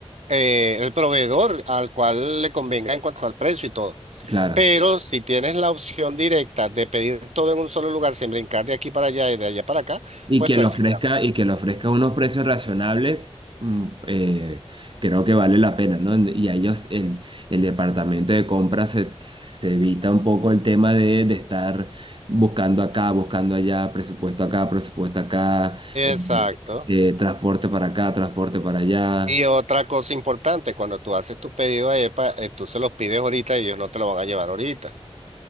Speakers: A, on the right; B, on the right.
A: eh, el proveedor al cual le convenga en cuanto al precio y todo.
B: claro.
A: Pero si tienes la opción directa de pedir todo en un solo lugar sin brincar de aquí para allá y de allá para acá,
B: Y
A: pues
B: que
A: perfecto.
B: le ofrezca, y que le ofrezca unos precios razonables, mm, eh, creo que vale la pena, ¿no? Y a ellos, el, el departamento de compras se, se evita un poco el tema de, de estar buscando acá, buscando allá, presupuesto acá, presupuesto acá,
A: Exacto.
B: eh, eh, transporte para acá, transporte para allá.
A: Y otra cosa importante, cuando tú haces tu pedido a EPA, eh, tú se los pides ahorita y ellos no te lo van a llevar ahorita.